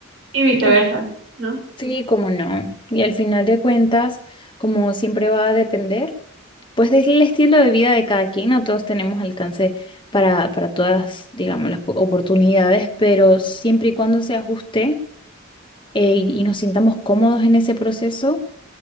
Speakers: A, on the right (about 75°); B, on the left (about 25°).
A: y viceversa,
B: Al-
A: ¿no?
B: sí, como no. Y al final de cuentas, como siempre va a depender, pues del estilo de vida de cada quien, no todos tenemos alcance para, para todas, digamos, las po- oportunidades, pero siempre y cuando se ajuste eh, y nos sintamos cómodos en ese proceso